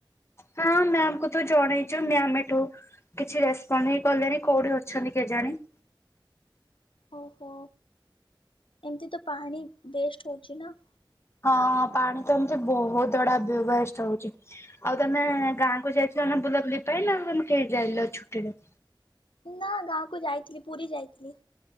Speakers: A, on the left; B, on the left.
A: ହଁ ମ୍ୟାାମ କୁ ତ ଜଣେଇଛୁ ମ୍ୟାାମ ଏଠୁ କିଛି ରେସପଣ୍ଡ ହେଇ କଲେଣି କୋଉଠି ଅଛନ୍ତି କେଜାଣି?
B: ଓହୋ ଏମିତି ତ ପାଣି ୱେଷ୍ଟ ହଉଛି ନା।
A: ହଁ ପାଣି ତ ଏମିତି ବହୁତ ଗୁଡା ବ୍ୟବସ୍ଟ ହଉଛି। ଆଉ ତମେ ଗାଁ କୁ ଯାଇଥିଲ ନାେ ବୁଲାବୁଲି ପାଇଁ ଆଉ ତମେ କେହି ଯାଇନ ଛୁଟିରେ
B: ନା ଗାଁକୁ ଯାଇଥିଲି ପୁରୀ ଯାଇଥିଲି।